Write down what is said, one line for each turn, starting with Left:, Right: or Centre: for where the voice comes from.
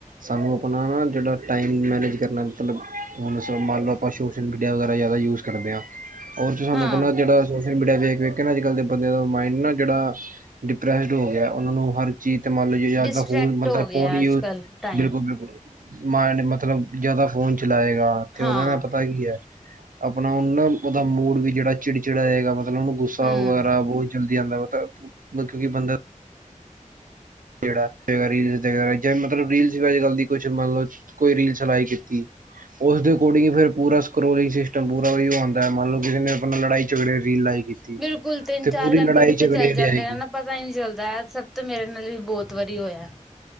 Right: ਸਾਨੂੰ ਆਪਣਾ ਨਾ ਜਿਹੜਾ ਟਾਈਮ ਮੈਨੇਜ ਕਰਨਾ, ਮਤਲਬ, ਹੁਣ ਮੰਨ ਲਓ, ਆਪਾਂ ਸੋਸ਼ਲ ਮੀਡੀਆ ਵਗੈਰਾ ਜ਼ਿਆਦਾ ਯੂਜ ਕਰ ਕਰਦੇ ਆ, ਤੁਹਾਨੂੰ
Centre: ਹਾਂ
Right: ਪਤਾ ਜਿਹੜਾ ਸੋਸ਼ਲ ਮੀਡੀਆ ਵੇਖ- ਵੇਖ ਕੇ, ਨਾ ਅੱਜ-ਕੱਲ ਦੇ ਬੰਦੇ ਦਾ, ਮਾਂਈਡ ਨਾ ਜਿਹੜਾ ਡਿਪਰੈਸਡ ਹੋ ਗਿਆ, ਉਹਨਾਂ ਨੂੰ ਹਰ ਚੀਜ਼ ਤੇ, ਮੰਨ ਲੋ, ਯਾਂ,
Centre: ਡਿਸਟਰ੍ਰੈਕਟ
Right: ਫੋਨ, ਬੰਦਾ
Centre: ਹੋ ਗਿਆ
Right: ਫੋਨ ਯੁਜ,
Centre: ਅੱਜ ਕੱਲ ਟਾਈਮ
Right: ਬਿਲਕੁਲ, ਬਿਲਕੁਲ। ਮਾਇਡ ਮਤਲਬ, ਜਿਆਦਾ ਫੋਨ ਚਲਾਏਗਾ ਤੇ,
Centre: ਹਾਂ
Right: ਉਹਦਾ ਨਾ, ਪਤਾ ਕੀ ਹੈ। ਆਪਣਾ ਉਹਨਾ, ਉਹਦਾ ਮੂਡ ਵੀ ਜਿਹੜਾ ਚਿੜਚਿੜਾ ਰਏਗਾ, ਮਤਲਬ, ਉਹਨੂੰ ਗੁੱਸਾ
Centre: ਹਮ
Right: ਵਗੈਰਾ ਬਹੁਤ ਜਲਦੀ ਆਂਦਾ ਵ, ਮਤਲਬ, ਕਿਉਂਕਿ ਬੰਦਾ ਜਿਹੜਾ ਹੇਗਾ ਰੀਲ ਤੇ ਵਗੈਰਾ, ਜੇ, ਮਤਲਬ ਰੀਲ ਅੱਜ-ਕੱਲ ਦੀ, ਕੁਛ ਮਤਲਬ ਕੋਈ ਰੀਲਸ ਲਾਇਕ ਕੀਤੀ ਉਸਦੇ ਅਕੋਰਡਿਂਗ ਈ, ਫਿਰ, ਪੂਰਾ ਸਕਰੋਲਿੰਗ ਸਿਸਟਮ ਪੂਰਾ ਓਹੀਓ ਆਉਂਦਾ। ਮੰਨ ਲੋ, ਕਿਸੇ ਨੇ ਆਪਣਾ ਲੜਾਈ-ਝਗੜੇ ਰੀਲ ਲਾਈਕ ਕੀਤੀ
Centre: ਬਿਲਕੁਲ ਤਿੰਨ
Right: ਤੇ,
Centre: ਚਾਰ
Right: ਪੂਰੀ
Centre: ਘੰਟੇ
Right: ਲੜਾਈ-ਝਗੜੇ
Centre: ਕਿਤੇ ਚੱਲ ਜਾਂਦੇ
Right: ਦੀ ਆਇਗੀ।
Centre: ਨੇ ਨਾ ਪਤਾ ਹੀ ਨਹੀਂ ਚੱਲਦਾ, ਸਭ ਤੋਂ ਮੇਰੇ ਨਾਲ ਵੀ, ਬਹੁਤ ਵਾਰੀ ਹੋਇਆ।